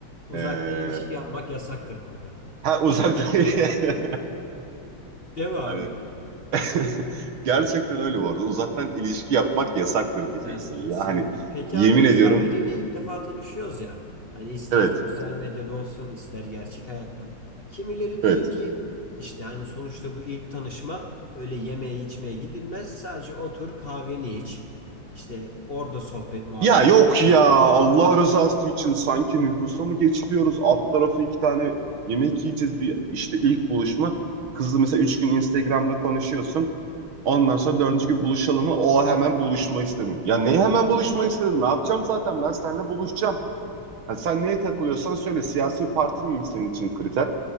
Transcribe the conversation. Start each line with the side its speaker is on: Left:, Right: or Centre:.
Left: Uzaktan
Right: ee,
Left: ilişki yapmak yasaktır burada.
Right: ha uzaktan <laughs>
Left: Değil mi abi?
Right: hani <laughs> gerçekten öyle bu arada. Uzaktan ilişki yapmak yasaktır diyeceksin
Left: Evet kesinlikle.
Right: ya. Hani
Left: Peki
Right: yemin
Left: abi mesela
Right: ediyorum
Left: biriyle ilk defa tanışıyoruz ya. Hani ister
Right: evet
Left: sosyal medyada olsun ister gerçek hayatta. Kimileri diyor
Right: evet.
Left: ki işte hani sonuçta bu ilk tanışma öyle yemeğe içmeye gidilmez. Sadece otur kahveni iç. İşte orada sohbet muhabbet
Right: Ya yok
Left: iç
Right: ya
Left: işte.
Right: Allah rızası için sanki nüfusa mı geçiriyoruz? Alt tarafı iki tane yemek yiyeceğiz bir işte ilk buluşma. Kızla mesela üç gün Instagram'da konuşuyorsun. Ondan sonra dördüncü gün buluşalım mı? O hemen buluşma istedin. Ya neyi hemen buluşma istedin? Ne yapacağım zaten? Ben seninle buluşacağım. Ha, sen neye takılıyorsan söyle. Siyasi partin mi senin için kriter?